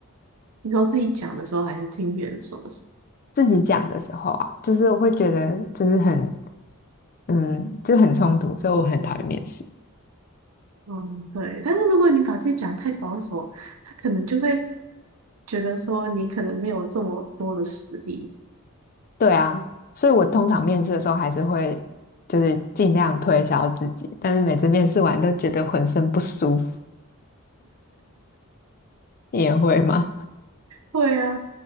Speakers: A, on the right; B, on the left.
A: 你说自己讲的时候，还是听别人说的时候
B: 自己讲的时候啊，就是我会觉得就是很嗯就很冲突，所以我很讨厌面试。
A: 嗯，对。但是如果你把自己讲得太保守，他可能就会觉得说你可能没有这么多的实力。
B: 对啊，所以我通常面试的时候还是会就是尽量推销自己，但是每次面试完都觉得浑身不舒服。你也会吗？
A: 对啊，